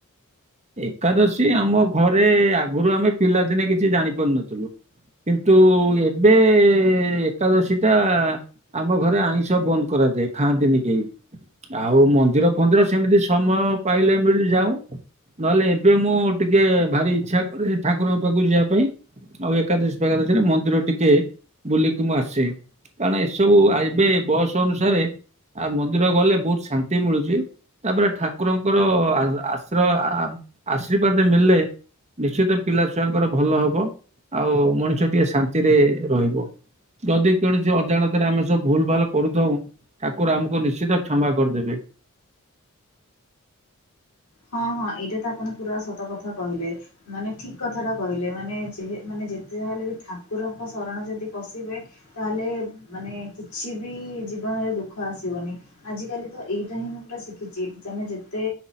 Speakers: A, on the right; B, on the left.
A: ଏକାଦଶୀ ଆମ ଘରେ ଆଗୁରୁ ଆମେ ପିଲାଦିନେ କିଛି ଜାଣି ପାରୁନଥିଲୁ। କିନ୍ତୁ ଏବେ ଏକାଦଶୀଟା ଆମ ଘରେ ଆଇଁଷ ବନ୍ଦ୍ କରାଯାଏ ଖାଆନ୍ତିନି କେହି। ଆଉ ମନ୍ଦିର ଫନ୍ଦିର ସେମିତି ସମୟ ପାଇଲେ ମିଳି ଯାଉ। ନହେଲେ ଏବେ ମୁଁ ଟିକେ ଭାରି ଇଚ୍ଛା କରେ ଯେ ଠାକୁରଙ୍କ ପାଖକୁ ଯିବା ପାଇଁ। ଆଉ ଏକାଦଶୀ ଫେକାଦଶୀରେ ମନ୍ଦିର ଟିକେ ବୁଲିକି ମୁଁ ଆସେ। କାରଣ ଏସବୁ ଆ ଏବେ ବୟସ ଅନୁସାରେ ଆ ମନ୍ଦିର ଗଲେ ବହୁତ୍ ଶାନ୍ତି ମିଳୁଚି। ତାପରେ ଠାକୁରଙ୍କର ଆ-ଆଶ୍ରୟ-ଆ ଆ-ଆଶୀର୍ବାଦେ ମିଳିଲେ ନିଶ୍ଚିତ ପିଲା ଛୁଆଙ୍କର ଭଲ ହବ ଆଉ ମଣିଷ ଟିକେ ଶାନ୍ତିରେ ରହିବ। ଯଦି କେଣୋସି ଅଜାଣତରେ ଆମେ ସବୁ ଭୁଲ ଭାଲ୍ କରୁଥଉ ଠାକୁର ଆମକୁ ନିଶ୍ଚିତ କ୍ଷମା କରିଦେବେ।
B: ହଁ ହଁ ଏଇଟା ତ ଆପଣ ପୁରା ସତକଥା କହିଲେ। ମାନେ ଠିକ କଥାଟା କହିଲେ ମାନେ ଯେ ମାନେ ଯେତେ ଯାହାହେଲେ ବି ଠାକୁରଙ୍କ ଶରଣ ଯଦି ପଶିବେ ତାହେଲେ ମାନେ କିଛି ବି ଜୀବନରେ ଦୁଃଖ ଆସିବନି। ଆଜ କାଲି ତ ଏଇଟା ହିଁ ମୁଁ ପୁରା ଶିଖିଚି ତମେ ଯେତେ